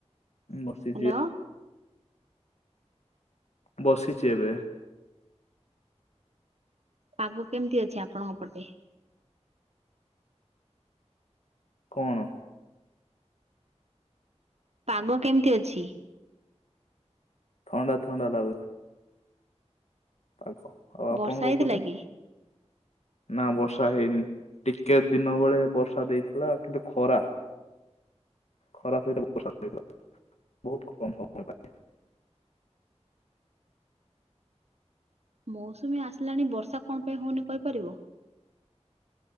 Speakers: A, on the left; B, on the right.
A: ବସିଚି।
B: ହ୍ୟାଲୋ
A: ବସିଚି ଏବେ
B: ପାଗ କେମିତି ଅଛି ଆପଣଙ୍କ ପଟେ
A: କଣ?
B: ପାଗ କେମିତି ଅଛି?
A: ଥଣ୍ଡା ଥଣ୍ଡା ଲାଗୁଛି। ପାଗ ଆଉ ଆପଣଙ୍କ
B: ବର୍ଷା ହେଇଥିଲା
A: ପଟେ
B: କି?
A: ନା ବର୍ଷା ହେଇନି। ଟିକେ ଦିନ ବେଳେ ବର୍ଷା ଦେଇଥିଲା କିନ୍ତୁ ଖରା ଖରାପ ସହିତ ବର୍ଷା ହୋଇଥିଲା ବହୁତ କମ ସମୟ ପାଇଁ।
B: ମୌସୁମୀ ଆସିଲାଣି ବର୍ଷା କଣ ପାଇଁ ହଉନି କହିପାରିବ?